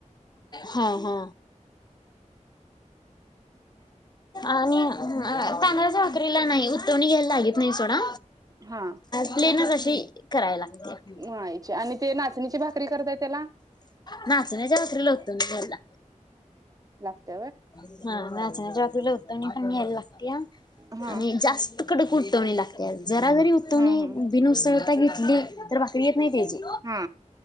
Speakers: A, on the left; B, on the right.
A: हा हा आणि तांदळ झाकरीला नाही उतवणी घ्यायला लागत नाही सोडा
B: हा
A: प्लेनच अशी करायला लागते
B: मळायची आणि ते नाचणीची भाकरी करताय त्याला
A: नाचण्याच्या उतरल होतो मी झाला
B: लागत
A: हाचकला होतो लागते ह
B: हा
A: आणि जास्त कडक उतवणी लागते जरा जरी उतवणी
B: हा हा
A: भिन उसळता घेतली तर तजी
B: हा